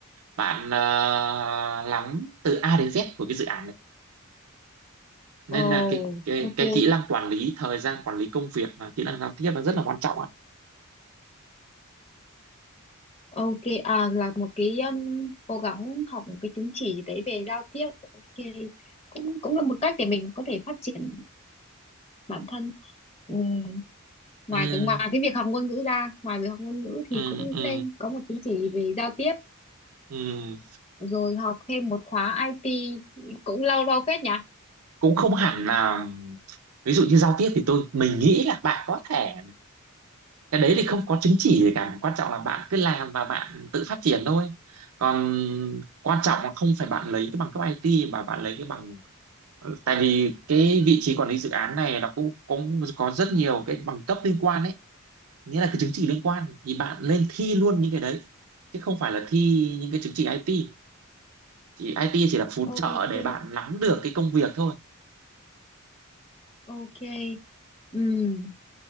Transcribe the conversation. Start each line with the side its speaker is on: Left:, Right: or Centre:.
Right: bạn ờ, lắm từ A đến Z của cái dự án này. nên
Left: Ồ,
Right: là cái cái
Left: ok
Right: cái kỹ năng quản lý thời gian quản lý công việc và kỹ năng giao tiếp là rất là quan trọng ạ
Left: Ok, à, là một cái um, cố gắng học một cái chứng chỉ gì đấy về giao tiếp. Ok, cũng cũng là một cách để mình có thể phát triển bản thân. Ừm, ngoài
Right: Ừm,
Left: cái ngoài cái việc học ngôn ngữ ra, ngoài việc học ngôn ngữ
Right: ừ
Left: thì cũng
Right: ừ
Left: nên có một chứng chỉ về giao tiếp,
Right: ừ
Left: rồi học thêm một khóa IT cũng lâu lâu phết nhỉ?
Right: cũng không hẳn là ví dụ như giao tiếp thì tôi mình nghĩ là bạn có thể cái đấy thì không có chứng chỉ gì cả quan trọng là bạn cứ làm và bạn tự phát triển thôi còn quan trọng là không phải bạn lấy cái bằng cấp IT mà bạn lấy cái bằng ừ, tại vì cái vị trí quản lý dự án này nó cũng cũng có rất nhiều cái bằng cấp liên quan ấy nghĩa là cái chứng chỉ liên quan thì bạn lên thi luôn những cái đấy chứ không phải là thi những cái chứng chỉ IT chỉ IT chỉ là phụ
Left: Ok,
Right: trợ để bạn nắm được cái công việc thôi
Left: ok. Ừm.